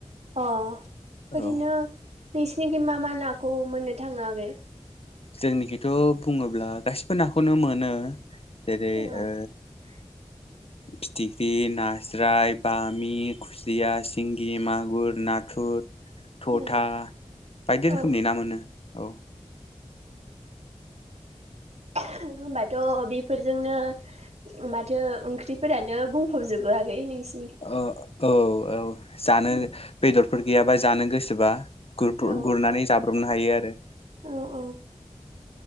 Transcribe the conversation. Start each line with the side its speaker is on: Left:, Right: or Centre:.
Right: अ
Left: औ
Right: ओरैनो नोंसिनिखै मा मा नाखौ मोननो थाङो आगै?
Left: जोंनिखिथ' बुङोब्ला गासिबो नाखौनो मोनो जेरै
Right: अ
Left: ओ
Right: <inaudible>
Left: फिथिख्रि नास्राय बामि खुसिया सिंगि मागुर नाथुर थथा
Right: उम
Left: बायदि
Right: औ
Left: रोखोमनि ना मोनो औ
Right: आहम होनबाथ' बेफोरजोंनो माथो ओंख्रिफोरानो बुंफबजोबो आरो बै नोंसि
Left: ओ औ औ जानो
Right: उम
Left: बेदरफोर गैयाबा जानो गोसोबा गुरदर
Right: औ
Left: गुरनानै जाब्रबनो हायो आरो
Right: औ औ